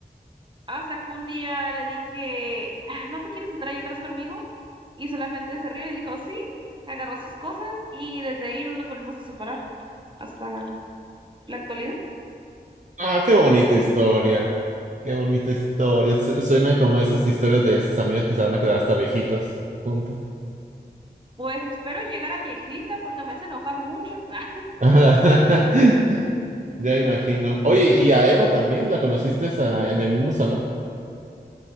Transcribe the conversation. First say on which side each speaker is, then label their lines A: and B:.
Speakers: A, on the right (about 30°); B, on the right (about 45°).
A: hasta que un día le dije, "Ah, ¿no te quieres sentar ahí atrás conmigo? Y solamente se rió y dijo, sí, agarró sus cosas, y desde ahí no nos volvimos a separar hasta la actualidad.
B: Ah, qué bonita historia. Qué bonita historia. Su- Suena como esas historias de esos amigos que se van a quedar hasta viejitos. juntos
A: Pues espero llegar a viejita porque me hace enojar mucho. <laughs> Ah,
B: <laughs> Ya imagino. Oye, ¿y a Eva también la conociste ah, en el mismo salón?